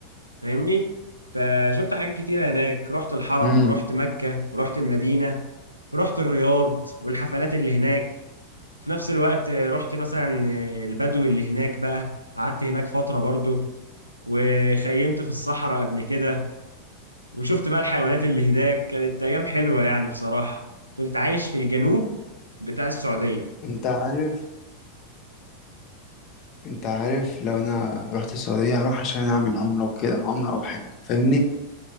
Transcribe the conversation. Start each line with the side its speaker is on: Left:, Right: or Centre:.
Right: فاهمني فشفت حاجات كتيرة هناك رحت الحرم
Left: امم
Right: ورحت مكة ورحت المدينة ورحت الرياض والحفلات اللي هناك في نفس الوقت آه، رحت مثلا آه، البدو اللي هناك بقى قعدت هناك فترة برضو وخيمت في الصحراء قبل كده وشفت بقى الحيوانات اللي هناك كانت أيام حلوة يعني بصراحة كنت عايش في الجنوب بتاع السعودية
Left: أنت عارف انت عارف لو انا رحت السعودية هروح عشان اعمل عمرة وكده عمرة او حج فاهمني